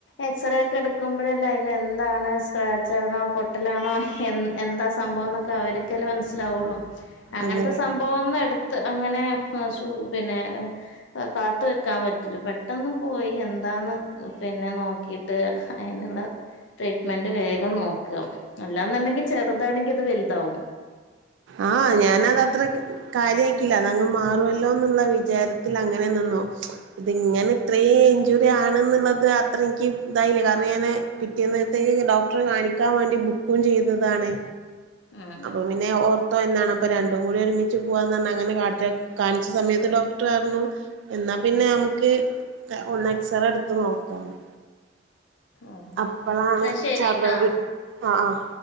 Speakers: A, on the left; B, on the right.
A: എക്സ്റേ ഒക്കെ എടുക്കുമ്പഴല്ലേ അന് എന്താണ് സ്ക്രാച്ച് ആണോ പൊട്ടലാണോ എ എന്താ സംഭവന്നൊക്കെ അവരൊക്കെ അല്ലെ മനസ്സിലാവുള്ളു അങ്ങനത്തെ
B: അതെ
A: സംഭവന്ന് എടു ത്ത് അങ്ങനെ ആ ശു പിന്നെ ആ പാത്തു വെക്കാൻ പറ്റില്ല പെട്ടെന്ന് പോയി എന്താന്ന് പിന്നെ നോക്കി ട്ട് അയിനുള്ള ട്രീറ്റ്മെന്റ് വേഗം നോക്കുക അല്ലാന്നുണ്ടെങ്കി ചെറുതാണെങ്കി ഇത് വലുതാവും
B: ആഹ് ഞാനതത്രക്ക് കാര്യ ആക്കില്ല അത് അങ്ങ് മാറുവല്ലോ എന്നുള്ള വിചാരത്തിൽ അങ്ങനെ നിന്നു അതിങ്ങനെ ഇത്രേ ഇഞ്ചു റി ആണ്ന്നുള്ളത് അത്ര എനിക്ക് ഇതായില്ല കാരണം ഞാന് പിറ്റേ നേരാത്തെക്ക് ഡോക്ടറെ കാണിക്കാൻ വേണ്ടി ബു ക്കു ചെയ്തതാണ്
A: ഉം
B: അപ്പൊ പിന്നെ ഓർ ത്തന്നാണ് അപ്പൊ രണ്ടും കൂടി ഒരുമിച്ച് പോവാൻ നിന്ന അങ്ങനെ കാറ്റ് കാണിച്ച സമയത്ത് ഡോക്ടർ പറണു എന്നാ പിന്നെ നമുക്ക് ഒന്ന് എക്സറേ എടുത്ത് നോക്കാന്ന്
A: ഉം
B: അപ്പളാണ്
A: എന്നാ ശരിട്ടാ
B: ചതവ് ആഹ് ആഹ്